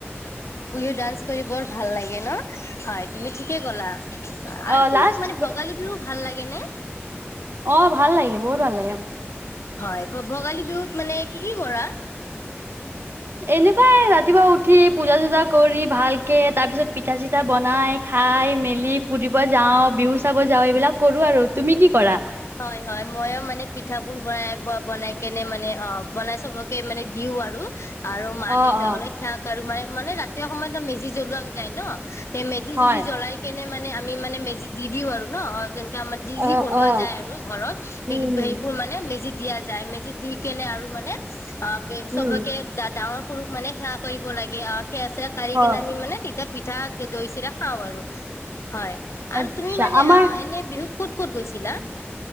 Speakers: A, on the left (about 80°); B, on the right (about 55°).
A: হয় হয় বিহু ডান্স কৰি বৰ ভাল লাগে ন হয় তুমি ঠিকে কলা আৰু
B: অ
A: তোমাক
B: লাষ্ট
A: মানে ভোগালী বিহু ভাল লাগে। কেনে
B: অ ভাল লাগে বহুত ভাল লাগে।
A: হয় ভোগালী বিহুত মানে কি কি কৰা।
B: এনেকুৱাই ৰা ৰাতিপুৱা উঠি পূজা চূজা কৰি ভালকে তাৰ পিছত পিঠা চিঠা বনাই খাই মেলি ফুৰিব যাওঁ বিহু চাব যাওঁ এইবিলাক কৰো আৰু তুমি কি কৰা।
A: হয় হয় ময়ো মানে পিঠাবোৰ বনাই বনাই কেনে মানে অ বনাই চবকে মানে দিও আৰু। আৰু মা
B: অ
A: দেউতাক
B: অ
A: অলপ সেৱা কৰো মই। মানে ৰাতিয়ৰ সময়ত মেজি জ্বলোৱা যায় ন তে মেজি
B: হয়।
A: চেজি জ্বলাই কে মানে মানে আমি মানে মেজিত দিওঁ আৰু ন আমাৰ যি যি
B: অ
A: বনোৱা।
B: অ
A: য়ায় আৰু ঘৰত সেইবোৰ
B: উম উম
A: মানে মেজি দিয়া যায় মেজিত দি কেনে আৰু মানে অ চবকে
B: উম
A: ডাঙৰ সৰুক মানে সেৱা কৰিব লাগে আৰু। সেই আছে সেয়া চেয়া কৰি
B: হয়
A: কিনে আমি মানে তেতিয়া পিঠা দৈ চিৰা খাওঁ আৰু হয়। আৰু
B: আচ্ছা
A: তুমি মানে
B: আমাৰ
A: অ এনে বিহুত ক'ত ক'ত গৈছিলা